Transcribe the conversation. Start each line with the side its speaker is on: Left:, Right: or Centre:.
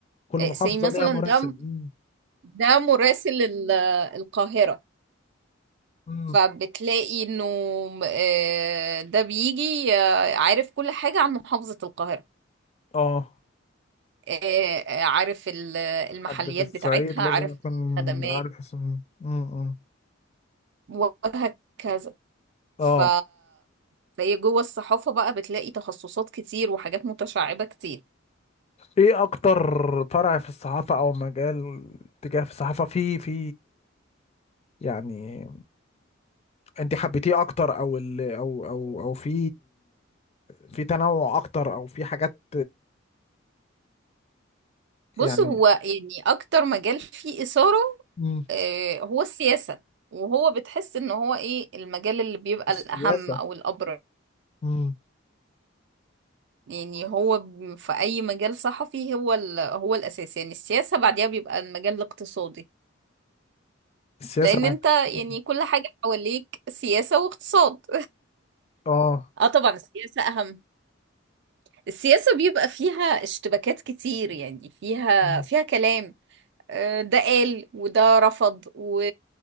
Left: كل محافظة
Right: آه، زي مثلا
Left: ليها مراسم
Right: ده
Left: مم.
Right: ده مراسل ال- القاهرة
Left: مم.
Right: فبتلاقي انه آه، ده بيجي آه، عارف كل حاجة عن محافظة القاهرة
Left: اه
Right: آه، عارف ال- المحليات
Left: حد في الصعيد
Right: بتاعتها
Left: لازم
Right: عارف
Left: يكون
Right: الخدمات
Left: عارف اسمه مم.
Right: وهكذا
Left: اه
Right: ف فهي جوه الصحافة بقى بتلاقي تخصصات كتير وحاجات متشعبة كتير
Left: ايه اكتر فرع في الصحافة او مجال تجاه في الصحافة في في يعني انت حبيتيه اكتر او ال او او او في في تنوع اكتر او في حاجات
Right: بص
Left: يعني
Right: هو يعني أكتر مجال فيه إثارة
Left: مم.
Right: آه، هو السياسة وهو بتحس إن هو إيه المجال اللي بيبقى
Left: السياسة
Right: الأهم أو الأبرز
Left: مم.
Right: يعني هو ب- في أي مجال صحفي هو ال... هو الأساس يعني السياسة بعديها بيبقى المجال الاقتصادي
Left: السياسة
Right: لأن
Left: بعد
Right: أنت يعني
Left: مم.
Right: كل حاجة حواليك سياسة واقتصاد
Left: اه
Right: اه طبعا السياسة أهم السياسة بيبقى فيها اشتباكات كتير يعني فيها
Left: مم.
Right: فيها كلام آه، ده قال وده رفض و...